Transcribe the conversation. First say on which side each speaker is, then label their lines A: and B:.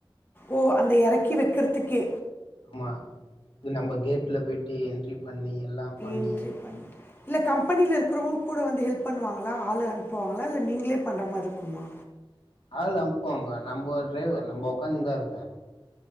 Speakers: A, on the left; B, on the left.
A: ஓ அந்த எறக்கி வெக்கறத்துக்கே.
B: ஆமா இது நம்ப கேட்ல போய்ட்டு என்ட்ரி பண்ணி எல்லா பண்ணி
A: என்ட்ரி பண்ட்டு இல்ல கம்பெனில இருக்றவங்ளு கூட வந்து ஹெல்ப் பண்ணுவாங்களா ஆளு அனுப்புவாங்களா இல்ல நீங்களே பண்ற மார் இருக்குமா
B: ஆளு அன்ப்பாங்க நம்போ டிரைவர் நம்ப ஒக்காந்து தா இருப்பே